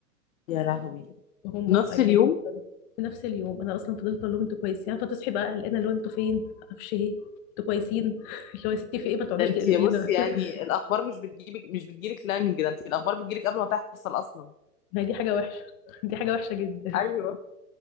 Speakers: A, on the left (about 60°); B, on the left (about 40°).
A: يا لهوي
B: وهم
A: نفس
B: طا- جايين
A: اليوم
B: على الطريق. في نفس اليوم أنا أصلا فضلت أقول لهم أنتوا كويسين فتصحي بقى قلقانة اللي هو أنتوا فين معرفش إيه أنتوا كويسين <laughs> اللي هو يا ستي في إيه ما تقعديش
A: ده انت
B: تقري فينا
A: بصي يعني
B: <laughs>
A: الاخبار مش بتجيبك مش بتجيلك لانج ده انت الاخبار بتجيلك قبل ما تحصل اصلا
B: ما هي دي حاجة وحشة <laughs> دي حاجة وحشة جدا
A: ايوه